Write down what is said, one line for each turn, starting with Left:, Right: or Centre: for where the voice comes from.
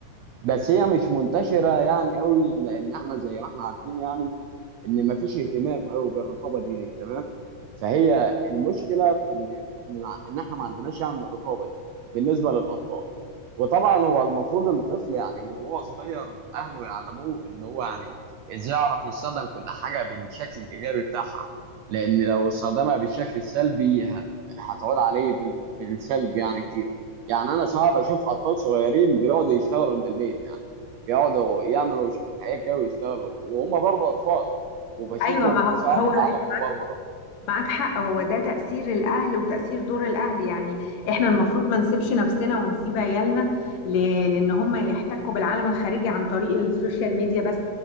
Right: بس هي مش منتشرة يعني قوي لأن احنا زي ما احنا عارفين يعني إن مفيش اهتمام قوي بالرقابة دي, دي تمام فهي المشكلة في إن إن مع إن احنا ما عندناش يعني الرقابة دي بالنسبة للأطفال وطبعا هو المفروض الطفل يعني من وهو صغير أهله يعلموه إن هو يعني إزاي يعرف يستخدم كل حاجة بالشكل الإيجابي بتاعها لأن لو استخدمها بالشكل السلبي هت- هتعود عليه بال- بالسلب يعني كتير يعني انا صعب اشوف اطفال صغيرين بيقعدوا يشتغلوا من البيت يعني بيقعدوا يعملوا شويه حاجات كده ويشتغلوا وهم برضه اطفال وبشوفهم
Left: ايوه ما هو
Right: صعب
Left: هو
Right: يتعلموا
Left: انت
Right: مبرمجه
Left: معاك حق هو ده تأثير الأهل وتأثير دور الأهل يعني إحنا المفروض ما نسيبش نفسنا ونسيب عيالنا ل... لأن هم يحتكوا بالعالم الخارجي عن طريق السوشيال ميديا بس